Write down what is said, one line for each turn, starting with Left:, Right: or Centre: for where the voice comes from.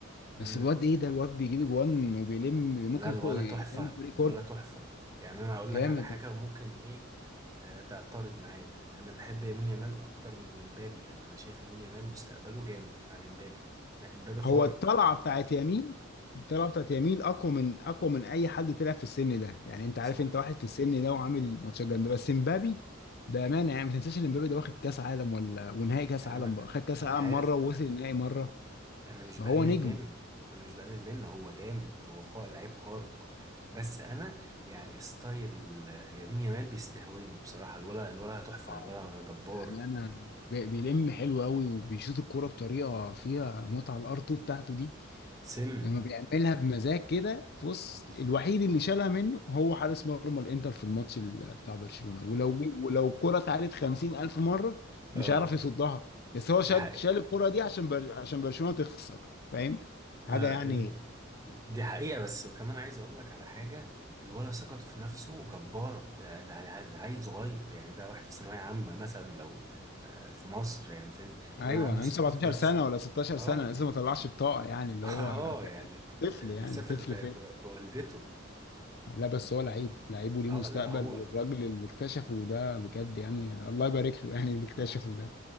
Left: بس
Right: امم
Left: الواد ايه ده الواد بيجيب اجوان وبيلم
Right: لا
Left: ممكن
Right: الولا
Left: يخو... يلم
Right: تحفة
Left: الفريق
Right: الولا
Left: كله
Right: تحفة يعني أنا أقول
Left: جامد
Right: لك على حاجة ممكن إيه آه تعترض معايا أنا بحب يمين يامال أكتر من إمبابي يعني أنا شايف يمين يامال مستقبله جامد عن إمبابي مع إمبابي خارق
Left: هو الطلعه بتاعت يمين الطلعه بتاعت يمين اقوى من اقوى من اي حد طلع في السن ده يعني انت عارف
Right: صح
Left: انت واحد في السن ده وعامل ماتشات جامده بس مبابي بامانه يعني ما تنساش ان مبابي ده واخد كاس عالم ولا ونهائي كاس
Right: يا عم
Left: عالم بقى خد كاس
Right: أنا
Left: عالم
Right: عارف
Left: مره ووصل النهائي مره
Right: أنا
Left: فهو
Right: مش بقلل
Left: نجم
Right: منه أنا مش بقلل منه هو جامد هو خارق لعيب خارق بس أنا يعني ستايل آه، يمين يامال بيستهويني بصراحة الولا الولا تحفة
Left: اه
Right: الولا جبار
Left: بأمانة بي- بيلم حلو قوي وبيشوط الكورة بطريقة فيها متعة الار 2 بتاعته دي
Right: سم
Left: لما بيعملها بمزاج كده بص
Right: <laughs>
Left: الوحيد اللي شالها منه هو حارس مرمى الانتر في الماتش ال- بتاع برشلونة ولو ولو الكرة اتعادت 50 ألف مرة مش
Right: آه
Left: هيعرف يصدها بس هو
Right: دي
Left: شال
Right: حقيقة
Left: شال الكرة دي عشان بر... عشان برشلونة تخسر فاهم
Right: آه،
Left: حاجة يعني
Right: دي حقيقة بس وكمان عايز اقول لك على حاجة الولد ثقته في نفسه جبارة ده, ده, ده عيل صغير يعني ده واحد في ثانوية عامة مثلا لو آه، في مصر يعني فاهم الولد
Left: ايوه
Right: عنده
Left: عنده
Right: ثقة
Left: 17
Right: في نفسه
Left: سنة ولا 16
Right: اه
Left: سنة لسه ما طلعش الطاقة يعني
Right: <laughs>
Left: اللي
Right: اه
Left: هو
Right: يعني
Left: طفل
Right: آه، بيسافر
Left: يعني طفل
Right: ب- ب-
Left: طفل
Right: بوالدته
Left: لا بس هو لعيب لعيب وليه
Right: اه
Left: مستقبل
Right: لا هو
Left: والراجل اللي اكتشفه ده بجد يعني الله يبارك له يعني اللي اكتشفه
Right: اه
Left: ده